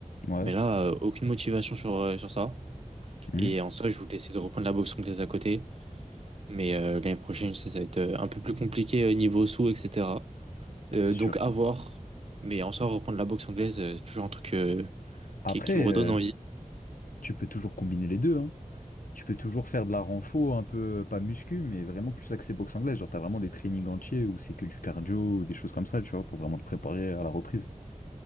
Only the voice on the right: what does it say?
Mais là, euh, aucune motivation sur, euh, sur ça.
Et en soi, je voulais essayer de reprendre la boxe anglaise à côté. Mais euh, l'année prochaine, ça, ça va être euh, un peu plus compliqué euh, niveau sous, etc. Euh,
donc
à voir. Mais en soi, reprendre la boxe anglaise, euh, c'est toujours un truc euh,
qui, qui me redonne
envie.